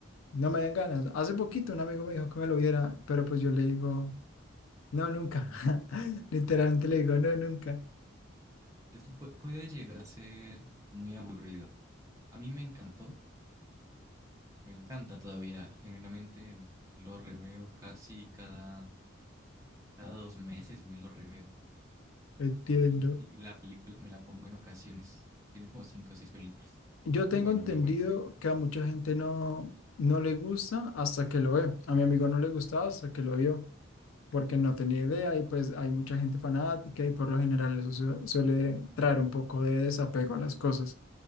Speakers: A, on the left; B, on the right.
A: no me dan ganas. Hace poquito un amigo me dijo que me lo viera, pero pues yo le digo, no, nunca.
B: Mm.
A: <laughs> Literalmente le digo, no, nunca.
B: Es que pu- puede llegar a ser muy aburrido. A mí me encantó, me encanta todavía, genuinamente lo reveo casi cada Cada dos meses me lo reveo.
A: Entiendo.
B: Y, y la película me la pongo en ocasiones. Tiene como cinco o seis películas.
A: Yo tengo
B: Muy bueno,
A: entendido
B: muy bueno.
A: que a mucha gente no, no le gusta hasta que lo ve. A mi amigo no le gustaba hasta que lo vio, porque no tenía idea y pues hay mucha gente fanática y por lo general eso su- suele traer un poco de desapego a las cosas